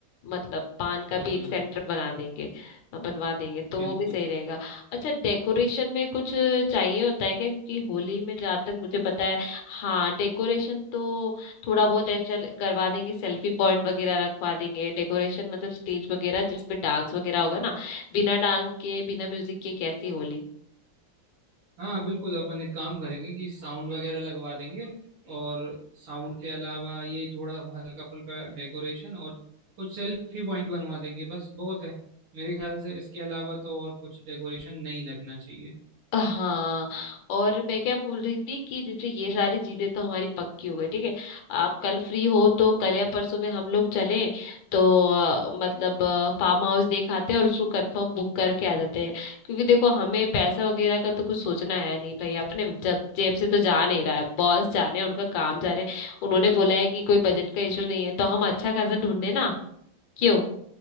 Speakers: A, on the left (about 70°); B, on the right (about 75°).
A: मतलब पान का
B: हम्म
A: भी
B: हम्म
A: एक सेंटर बना देंगे अ, बनवा देंगे तो
B: बिल्कुल
A: वो भी सही रहेगा अच्छा डेकोरेशन में कुछ चाहिए होता है क्या क्योंकि होली में जहाँ तक मुझे पता है हाँ डेकोरेशन तो थोड़ा बहुत ऐसा ल- करवा देंगे सेल्फी पॉइंट वगैरह रखवा देंगे डेकोरेशन मतलब स्टेज वगैरह जिस पे डांस वगैरह होगा ना बिना डांस के बिना म्यूजिक के कैसी होली
B: हाँ बिल्कुल अपन एक काम करेंगे कि साउंड वगैरह लगवा देंगे और साउंड के अलावा यही थोड़ा हल्का फुल्का डेकोरेशन और कुछ सेल्फी पॉइंट बनवा देंगे बस बहुत है मेरे ख्याल से इसके अलावा तो और कुछ डेकोरेशन नहीं लगना चाहिए
A: हाँ और मैं क्या बोल रही थी कि जैसे ये सारी चीजें तो हमारी पक्की हो गई ठीक है आप कल फ्री हो तो कल या परसों में हम लोग चले तो अ, मतलब फार्म हाउस देख आते हैं और उसको कंफर्म बुक करके आ जाते हैं क्योंकि देखो हमें पैसा वगैरह का तो कुछ सोचना है नहीं भाई अपने जब जेब से तो जा नहीं रहा है बॉस जाने उनका काम जाने उन्होंने बोला है कि कोई बजट का इशू नहीं है तो हम अच्छा खासा ढूंढे ना क्यों